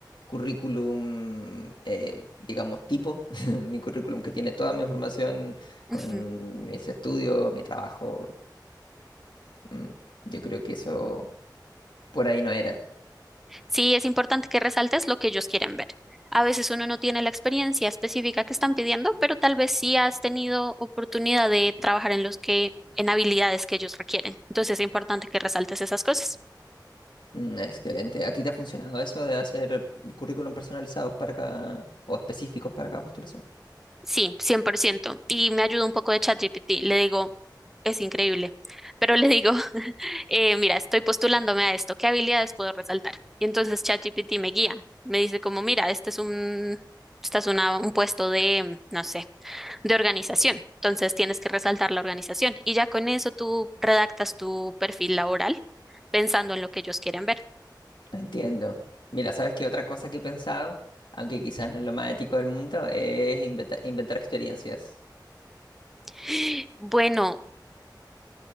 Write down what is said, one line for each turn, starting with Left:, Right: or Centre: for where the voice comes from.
Left: currículum, eh, digamos, tipo, <laughs> mi currículum que tiene toda mi información con
Centre: Ujú.
Left: mis estudios, mi trabajo. Mm, Yo creo que eso por ahí no era.
Centre: Sí, es importante que resaltes lo que ellos quieren ver. A veces uno no tiene la experiencia específica que están pidiendo, pero tal vez sí has tenido oportunidad de trabajar en los que, en habilidades que ellos requieren. Entonces es importante que resaltes esas cosas.
Left: Mm, Excelente. ¿A ti te ha funcionado eso de hacer currículum personalizados para cada, o específicos para cada postulación?
Centre: Sí, 100%. Y me ayuda un poco de ChatGPT. Le digo, es increíble. Pero le digo, <laughs> eh, mira, estoy postulándome a esto. ¿Qué habilidades puedo resaltar? Y entonces ChatGPT me guía. Me dice como, mira, este es un, esta es una, un puesto de, no sé, de organización. Entonces tienes que resaltar la organización. Y ya con eso tú redactas tu perfil laboral pensando en lo que ellos quieren ver.
Left: Entiendo. Mira, ¿sabes qué otra cosa que he pensado, aunque quizás no es lo más ético del mundo, es inventa- inventar experiencias?
Centre: <gasps> Bueno,